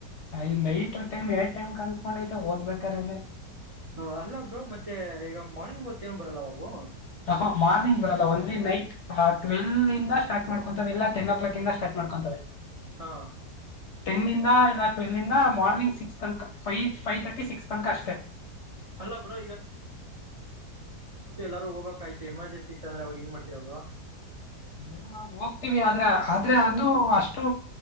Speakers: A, on the left; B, on the right.
A: ಹ ನೈಟ್ ಟೈಮ್ ಎ ಟೈಮ್ ಕಾಣಿಸಸ್ಕೊಂಡೈತೆ ಓದ್ಬೇಕಾರನ
B: ಹ ಅಲ್ಲ ಬ್ರರು ಮತ್ತೆ ಈಗ ಮಾರ್ನಿಂಗ್ ಮತ್ತ ಏನ್ ಬರಲ್ಲ ಬಾಬವು
A: ಹ ಮಾರ್ನಿಂಗ್ ಬರಲ್ಲ ಒಂದಲಿ ನೈಟ್ ಟ್ವೆಲ್ ಇಂದ ಸ್ಟಾರ್ಟ್ ಮಾಡ್ಕೊಂತವೆ ಇಲ್ಲ ಟೆನ್ ಕ್ಲಾಕ್ ಇಂದ ಸ್ಟಾರ್ಟ್ ಮಾಡ್ಕೊಂತವೆ
B: ಹಾ
A: ಟೆನ್ಂದ ಇಲ್ಲ ಟ್ವೆಲ್ಂದ ಮಾರ್ನಿಂಗ್ ಸಿಕ್ಸ್ ತನಕ ಫೈ ೈವ್ ತರ್ಟಿ ಸಿಕ್ಸ್ ತನಕ ಅಷ್ಟೇ
B: ಅಲ್ಲ ಬ್ರೋ ಎಲ್ಲಾರೂ ಹೋಗ್ಬೇಕ ಆ್ತು ಎಮಜೆನ್ಸಿ ಇತ್ತ ಅಂದ್ರೆ ಅವ ಹ ಹೆಂಗ ಮಾಡ್ತತಿರ ಅವ್ರು
A: ಏನ್ ಹೋಗ್ತಿೀವಿ ಆದ್ರ ಆದ್ರೆ ಅದು ಅಷ್ಟು